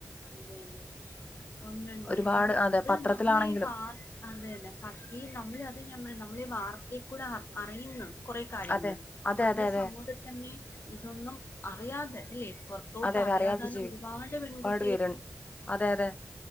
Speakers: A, on the left; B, on the left.
A: ഇല്ലല്ലെ ഒന്ന ഉണ്ട്ണ്ട്ഇത്
B: ഒരുപാട് അതെ പത്രത്തിലാണെങ്കിലും
A: നമ്മളീ വ അതു തന്നെ ഈ നമ്മള അതത് ഞാൻ പറയാ നമ്മളഈ വാർ ക്കൂടെ അറിയുന്നു കുറെ കാര്യങ്ങള്
B: അതെ അതെ
A: നമ്മുടെ
B: അതെ അതെ
A: സമൂഹത്തിൽ തന്നെ ഇതൊന്നും അറിയാതെ അല്ലേ പുറത്തോട്ട്
B: അതെ അതെ
A: അറിയാതാനും
B: അറിയാതെ ജീവിക്കും
A: ഒരുപാട് പെൺകുട്ട
B: ഒരുപാട് അതെ അതെ